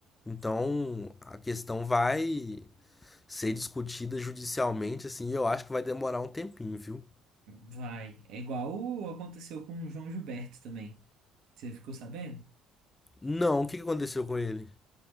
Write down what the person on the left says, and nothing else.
Então, a questão vai ser discutida judicialmente, assim, e eu acho que vai demorar um tempinho, viu?
Não, o que que aconteceu com ele?